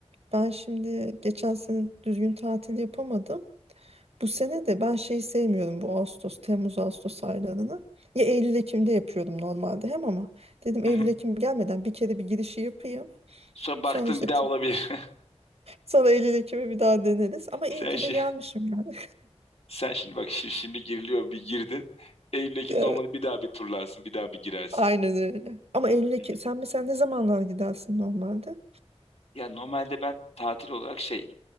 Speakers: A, on the right; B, on the left.
A: ben şimdi geçen sene düzgün tatil yapamadım. Bu sene de ben şeyi sevmiyorum bu Ağustos, Temmuz, Ağustos aylarını. Ya Eylül, Ekim'de yapıyordum normalde hem ama dedim
B: <laughs>
A: Eylül, Ekim gelmeden bir kere bir girişi yapayım.
B: Sonra
A: Sonra
B: baktım
A: işte
B: bir daha
A: t-
B: olabilir.
A: sonra Eylül, Ekim'i bir daha deneriz. Ama iyi
B: <laughs> Sen
A: ki
B: şey,
A: de gelmişim yani.
B: sen şimdi bak şimdi, şimdi giriliyor bir girdin. Eylül Ekim'de
A: <laughs>
B: olmadı bir daha bir turlarsın bir daha bir girersin.
A: Aynen öyle. Ama Eylül'e
B: Hı hı.
A: sen mesela ne zamanlar gidersin normalde?
B: Ya normalde ben tatil olarak şey